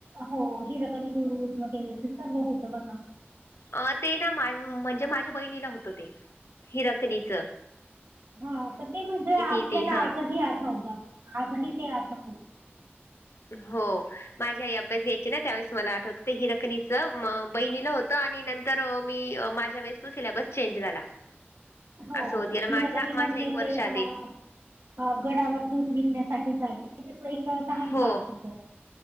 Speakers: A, on the right; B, on the left.
A: हो हिरकनी बुरुज वगैरे ते सर्व होतं बघ,
B: अ ते ना म्हणजे माझ्या बहिणीला होतं ते हिरकनीच,
A: हा तर ते म्हणजे आपल्याला
B: येते हा
A: आजही आठवतं आजही ते आठवत.
B: हम हो माझ्याई अभ्यास घ्यायची ना त्यावेळेस मला आठवतं ते हिरकनीच बहिणीला हो, आणि नंतर मी माझ्या वेळेस तो सिलेबस चेंज झाला.
A: हो
B: असं होत गेला माझ्या
A: हिरकणी
B: माझ्या
A: म्हणजे
B: एक वर्ष
A: ते अ,
B: आधी
A: अ गडावर दूध विकण्यासाठी जायच त्या एक लहान
B: हो
A: भाग होत.